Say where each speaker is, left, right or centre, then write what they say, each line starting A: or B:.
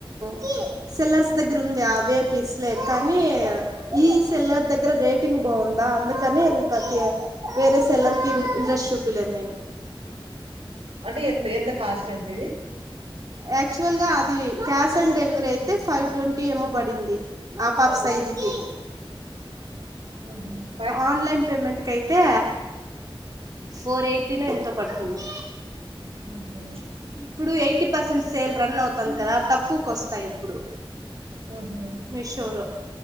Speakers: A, on the right (about 40°); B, on the right (about 85°).
A: కీ సెల్లర్స్ దగ్గర ఉంది అవే పీస్లే కానీ ఈ సెల్లర్ దెగ్గరే రేటింగ్ బాగుందా అందుకని ఇంకా వేరే సెల్లర్ కి ఇంట్రెస్ట్ చూపిలేదు నేను
B: అంటే ఎంత ఎంత కాస్ట్ ఎంత ఇది
A: యాక్చువల్ గా అది క్యాష్ ఆన్ డెలివరీ అయితే ఫైవ్ ట్వంటీ ఏమో పడింది ఆపర్స సైజికి
B: ఊహు ఫై
A: ఆన్లైన్ పేమెంట్ కి అయితే ఫోర్ ఎయ్టీనో ఎంతో పడుతుంది.
B: ఊహు
A: ఇప్పుడు ఎయ్టీ పర్సెంట్ సేల్ రన్ అవుతుంది కదా తక్కువకు వస్తాయి ఇప్పుడు
B: మ్ హు
A: మీషోలో